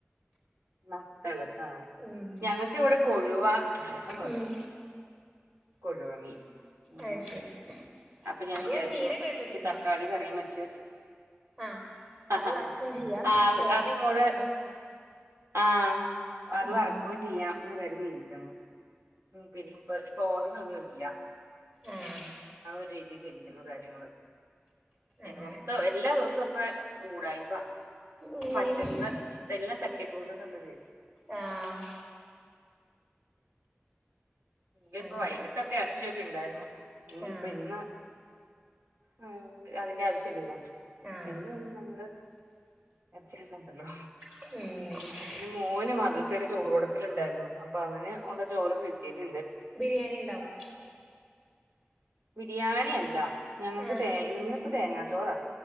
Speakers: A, on the right (about 75°); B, on the right (about 30°).
A: നത്തേള്. ആഹ്.
B: ഉം
A: ഞങ്ങക്ക് ഇവ്ടെ കൊഴുവന്ന് പറിം.
B: ഉം
A: കൊഴുവമി ലെ
B: അത് ശരി
A: അപ്പൊ ഞാൻ
B: അത്
A: വിചാരിച്ചു
B: തീരെ കേട്ടിട്ടില്ല
A: ഇച്ച് തക്കാളി കറിയിം വെച്ച്.
B: ആഹ്
A: അഹ്
B: അത് വറക്കും ചെയ്യാ
A: ആഹ്
B: ല്ലേ
A: അതിങ്ങോട് ആഹ്. അത്
B: ഉം
A: വർക്കോം ചെയ്യാംന്ന് കരുതിയിരിക്കുന്നു. ഉം പിന്നിപ് തോരനൊന്നുല്ല.
B: ആഹ്
A: ആ ഒരു രീതിൽ ഇരിക്കുന്നു കാര്യങ്ങള്. എൻ്റെ
B: അങ്ങനെ
A: മൊത്തം എല്ലാ ദിവസപ്പ് ഉടായിപ്പാ.
B: ഉം
A: പറ്റ്ണ്ന്ന് എല്ലാ തട്ടിക്കൂട്ടുള്ളതയ്
B: ആഹ്
A: ഇന്നലിപ്പ
B: അങ്ങനെ
A: വൈകിട്ടൊക്കെ എറ് ച്യാെക്കെ ഇണ്ടായിരുന്നു. ഇനിയിപ്പ
B: ആഹ്
A: ഇന്ന് അഹ് അതിൻ്റെ ആവശ്യല്ലല്ലോ.
B: ആഹ്
A: എന്ന് നമ്മുടെ എറിച്ചിന്നെണ്ടല്ലോ.
B: ഉം
A: പിന്നെ മോന് മദ്‌റസയില് ചോറ് കൊട്ക്കലുണ്ടയിരുന്നു. അപ്പൊ അവന് ഒള്ള ചോറ് കിട്ടീയിട്ടുണ്ട്.
B: ബിരിയേണിണ്ടാവും.
A: ബിരിയാണിയല്ല. ഞങ്ങക്ക്
B: ആഹ്
A: തേ ഇന്നിപ്പ തേങ്ങാ ചോറാ.